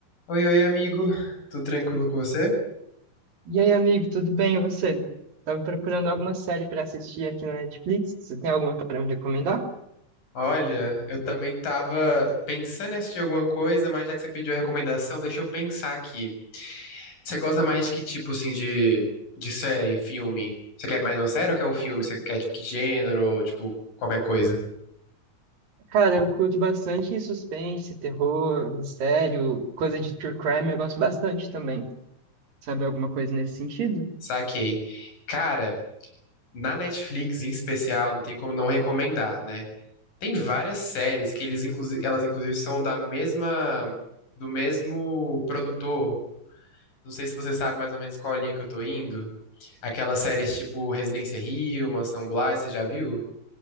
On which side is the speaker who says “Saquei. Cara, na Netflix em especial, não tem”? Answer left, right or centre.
Left